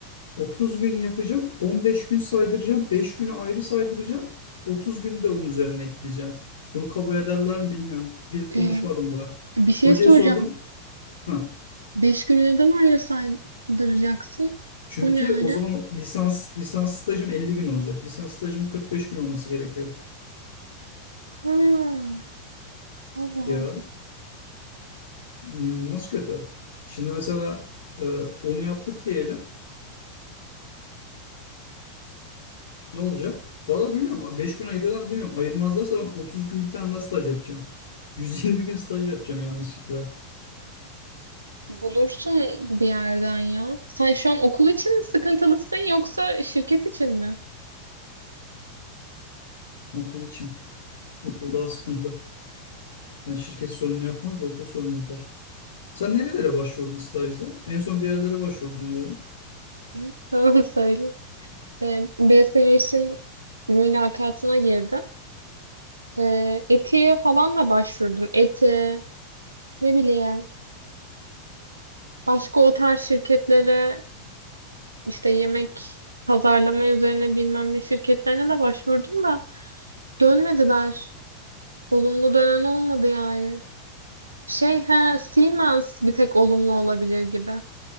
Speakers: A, on the left (about 60°); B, on the right (about 80°).
A: 30 gün yapacağım, 15 gün saydıracağım, 5 günü ayrı saydıracağım, 30 gün de onun üzerine ekleyeceğim. Bunu kabul ederler mi bilmiyorum. Gidip konuşmadım
B: Ee,
A: daha.
B: bir şey
A: Hocaya
B: soracağım.
A: sordum. Ha,
B: Beş günü neden ayrı saydıracaksın?
A: çünkü
B: O ne
A: o
B: öyle?
A: zaman o lisans lisans stajım 50 gün olacak. Lisans stajım 45 gün olması gerekiyor.
B: Ha. Allah
A: Ya inanılmaz kötü. Şimdi mesela e, onu yaptık diyelim. Ne olacak? Valla bilmiyorum. 5 gün ayırıyorlar mı bilmiyorum. Ayırmazlarsa ben 30 gün bir tane daha staj yapacağım. 120 gün staj yapacağım yanlışlıkla.
B: Bulursun bir yerden ya. Sen şu an okul için mi sıkıntılısın yoksa şirket için mi?
A: Okul için. Okul daha sıkıntı. Yani şirket sorunu yapmaz da okul sorunu yapar. Sen nerelere başvurdun stajda? En son bir yerlere başvurdum diyordun.
B: Hı. <laughs> Tamam söyle. Ee, BSH'in mülakatına girdim. Ee, ETİ'ye falan da başvurdum. Eti, ne bileyim. Başka o tarz şirketlere işte yemek pazarlama üzerine bilmem ne şirketlerine de başvurdum da dönmediler. Olumlu dönen olmadı yani. Şey he, Siemens bir tek olumlu olabilir gibi.